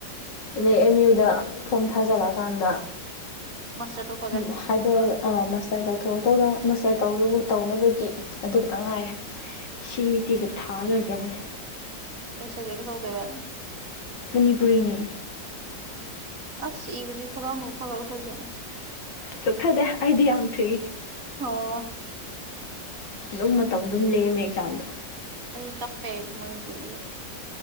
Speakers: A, on the left; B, on the right.
A: ꯑꯅꯦ ꯑꯦꯝ ꯌꯨꯗ ꯐꯣꯝ ꯊꯥꯖꯜꯂꯑꯀꯥꯟꯗ
B: ꯃꯁꯇꯔ ꯇꯧ__
A: ꯎꯝ ꯍꯥꯏꯗꯣꯜ ꯑꯥ ꯃꯥꯁꯇꯔ ꯇꯧꯊꯣꯛꯇꯧꯗ ꯃꯥꯁꯇꯔ ꯇꯧꯅꯕ ꯇꯧꯅꯕꯒꯤ ꯑꯗꯨ ꯈꯛꯇ ꯉꯥꯏꯔꯦ ꯁꯤ ꯏ ꯇꯤꯒ ꯊꯥ ꯂꯣꯏꯒ꯭ꯔꯕꯅꯦ
B: ꯀꯩ ꯁꯕꯖꯦꯛꯇ ꯇꯧꯗꯣꯏꯕ
A: ꯃꯅꯤꯄꯨꯔꯤꯅꯤ
B: ꯑꯁ ꯏꯕꯗꯤ ꯈꯨꯗꯥꯡ ꯆꯣꯛꯊꯒꯗꯧ ꯁꯕꯖꯦꯛꯅꯤ
A: ꯆꯣꯛꯊꯗꯦ ꯑꯩꯗꯤ ꯌꯥꯝ ꯊꯨꯏ
B: ꯑꯣ
A: ꯑꯗꯨꯝ ꯃꯇꯝ ꯑꯗꯨꯝ ꯂꯝꯃꯦ ꯑꯦꯛꯖꯥꯝꯗ
B: ꯑꯩ ꯇꯞꯄꯦ ꯃꯅꯤꯄꯨꯔꯤ ꯏꯕ